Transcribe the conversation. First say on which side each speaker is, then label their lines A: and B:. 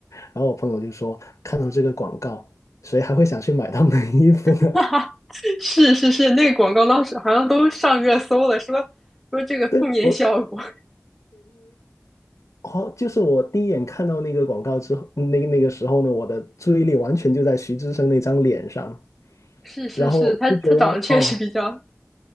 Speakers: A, on the left (about 85°); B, in the centre.
A: 然后我朋友就说看到这个广告，谁还会想去买他们的衣服呢？
B: <laughs> 哈哈，是是是，那个广告当时好像都上热搜了，说说这个负面效果。
A: <laughs> 对，我，好，就是我第一眼看到那个广告之后，那个那个时候呢，我的注意力完全就在徐志胜那张脸上，
B: <laughs> 是是是，
A: 然后就觉得哦，
B: 他他长得确实比较，